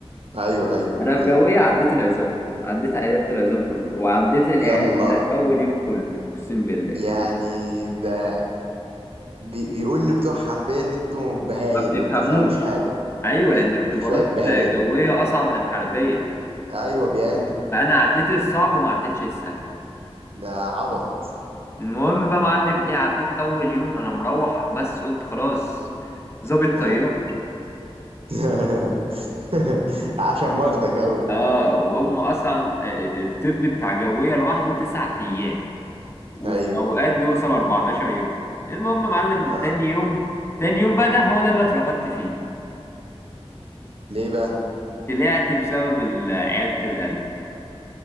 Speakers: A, on the right (about 65°); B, on the left (about 25°).
A: ايوه ايوه
B: انا
A: قلت
B: في
A: لي
B: جويه عديت العظام عديت عياده العظام كله وعديت العياده
A: يلا
B: بتاعت اول يوم كله اقسم بالله
A: يعني ده بي بيقول لبتوع حربيه ان انتوا بهايم
B: ما بتفهموش
A: ما بتفهموش حاجه
B: ايوه لان اختبارات
A: انتوا شويه بهايم
B: جويه اصعب من حربيه
A: ايوه بياما
B: فانا عديت الصعب وما عديتش السهل
A: ده عبط
B: المهم بقى معلم ايه عديت اول يوم انا مروح بس قلت خلاص ظابط
A: آه.
B: طيار
A: <laughs> عشان واخدك قوي
B: اه وهم اصلا آه، آه، الطب بتاع جويه لوحده تسع ايام وفي
A: ايوه
B: اوقات بيوصل 14 يوم المهم معلم
A: اه
B: تاني يوم تاني يوم بقى ده هو ده اللي اترفدت فيه
A: ليه بقى
B: طلعت بسبب ال- عيادة القلب